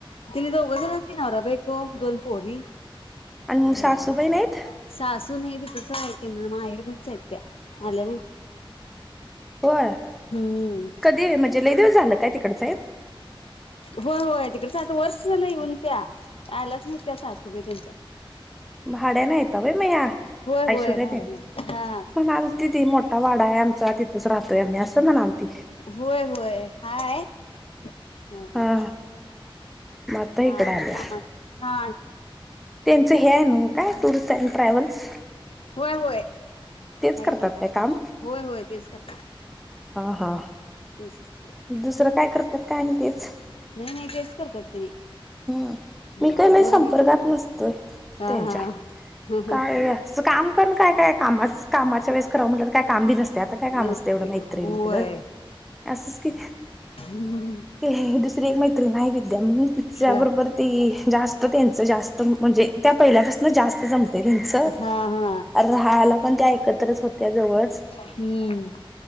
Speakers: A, on the left; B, in the centre.
A: दिने दोघं ज त नरा बको दोन पोरी
B: आणि सासूबाई
A: राहिल्या
B: नाहीत
A: सासू आहे त तसं ित म्हण माहेड पणच ह्या आल्या नाही
B: होय
A: हम्म
B: कधी म्हणजे लय दिवस झालं काय तिकडचं आहे
A: होय होय तिकडच आता वर्ष झालं येऊन त्या आल्याचं नाहीत त्या सासूबाई त्यांच्या
B: भाड्यानं आहेत व्हय मग ह्या
A: होय होय
B: ऐश्वर्यात
A: भाड्याने
B: तेन
A: हा
B: म्हणाल ति ती मोठा वाडा आहे आमचा तिथच राहतोय आम्ही असं म्हणाल ती
A: होय होय हाय ह
B: हा मग आता
A: हामस्
B: इकडं आल्या
A: हा
B: त्यांचं हे आहे न काय टूर्स अँड ट्रॅव्हल्स
A: होय होय आहे
B: तेच करतात
A: की
B: काय काम
A: होय होय तेच क
B: हा हा
A: तेच असते
B: दुसरं काय करतात का आणि तेच
A: नेन केस करतिन
B: हम्म
A: हा
B: मी काय लय
A: दोन
B: संपर्कात
A: आहेतच
B: नसतोय
A: ह
B: त्यांच्या
A: हा ह
B: काय
A: ह
B: काम करण काय काय कामा कामाच्या वेळेस कराव म्हटलं तर काय काम बी नस ते आता काय काम
A: नसते
B: असतं एवढं माैत्री
A: होय
B: नििकडं असंच की
A: हम्
B: ते दुसरी एक मैत्री नाही विद्या म्हणून ति त्याबरोबर
A: ह
B: ते जास्त त्यांचं जास्त म्हणजे त्या पहिल्यापासून जास्त जमते त्यांचं
A: हा हा
B: राहायला पण त्या एकत्रच होत्या जवळ
A: हम्म